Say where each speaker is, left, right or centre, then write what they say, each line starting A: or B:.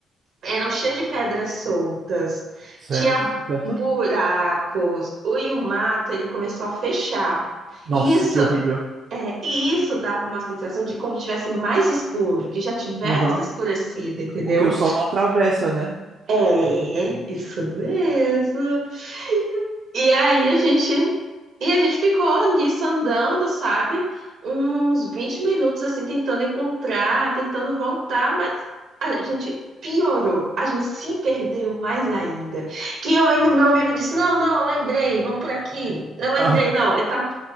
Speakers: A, on the right; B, on the right.
A: eram cheios de pedras soltas,
B: Céus.
A: tinha
B: Certo?
A: buracos, o- e o mato, ele começou a fechar.
B: Nossa,
A: E isso,
B: que horrível.
A: é, e isso dava uma sensação de como tivesse mais escuro, que já tivesse
B: Aham.
A: escurecido, entendeu?
B: Porque o sol não atravessa, né? <laughs>
A: É, isso mesmo. E aí a gente e a gente ficou nisso andando, sabe? Uns 20 minutos assim tentando encontrar, tentando voltar, mas a gente piorou. A gente se perdeu mais ainda. Que eu ainda meu amigo disse: "Não, não, eu lembrei, vamos por aqui". Eu lembrei,
B: Ah,
A: não, é tal